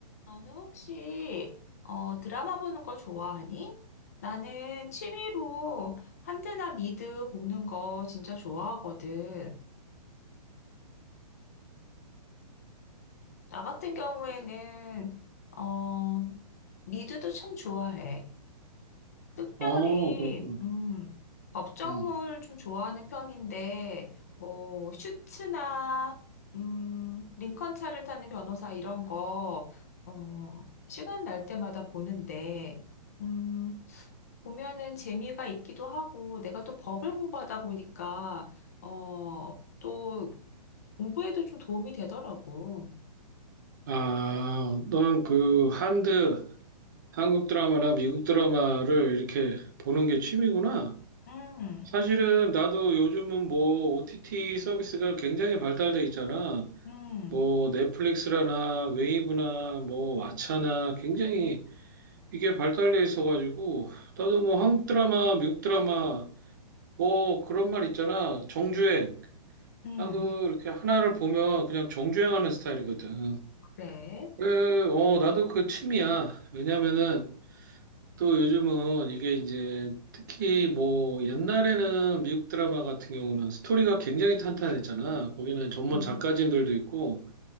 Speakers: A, on the left; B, on the right.
A: 너는 혹시 어, 드라마 보는 거 좋아하니? 나는 취미로 한드나 미드 보는 거 진짜 좋아하거든. 나 같은 경우에는 어, 미드도 참 좋아해. 특별히
B: 어, 그렇구나.
A: 음, 법정물
B: 음.
A: 좀 좋아하는 편인데 뭐 슈츠나 음, 링컨 차를 타는 변호사 이런 거 어, 시간 날 때마다 보는데. 음, 보면은 재미가 있기도 하고, 내가 또 법을 공부하다 보니까, 어, 또 공부에도 좀 도움이 되더라고.
B: 아, 넌 그 한드, 한국 드라마나 미국 드라마를 이렇게 보는 게 취미구나.
A: 음,
B: 사실은 나도 요즘은 뭐 OTT 서비스가 굉장히 발달돼 있잖아.
A: 음,
B: 뭐 넷플릭스라나 웨이브나 뭐 왓챠나 굉장히 이게 발달돼 있어가지고 나도 뭐 한국 드라마, 미국 드라마 뭐 그런 말 있잖아. 정주행.
A: 음,
B: 나도 이렇게 하나를 보면 그냥 정주행하는 스타일이거든.
A: 그래.
B: 그, 어, 나도 그 취미야. 왜냐면은 또 요즘은 이게 이제 특히 뭐 옛날에는 미국 드라마 같은 경우는 스토리가 굉장히 탄탄했잖아. 거기는
A: 음,
B: 전문 작가진들도 있고.